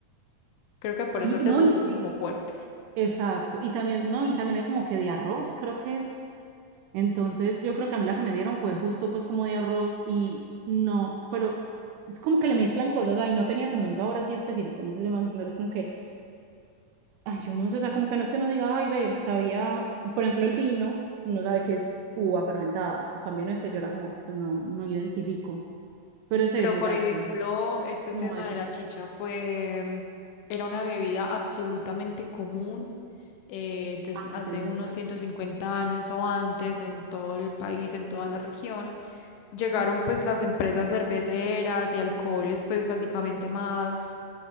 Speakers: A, on the left; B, on the right.
A: Creo
B: Sí,
A: que por eso te
B: no,
A: supo
B: y, sí,
A: así como fuerte.
B: exacto. Y también, no, y también hay como que de arroz, creo que es. Entonces, yo creo que a mí la que me dieron fue justo pues como de arroz y no, pero es como que le mezclan cosas ahí, no tenía como un sabor así específico, no sé si me van a entender, es como que Ay, yo no sé, o sea, como que no es que uno diga, ay, ve, sabía, por ejemplo, el vino, uno sabe que es uva fermentada. En cambio, en este yo era como, pues, no, no identifico. Pero es
A: Pero,
B: eso,
A: por
B: exacto.
A: ejemplo, este
B: Como
A: tema
B: de que
A: de
B: no
A: la
B: está.
A: chicha fue, mm, era una bebida absolutamente común eh, desde
B: Antes,
A: hace
B: exacto.
A: unos 150 años o antes en todo el país, en toda la región. Llegaron pues las empresas cerveceras y alcoholes pues básicamente más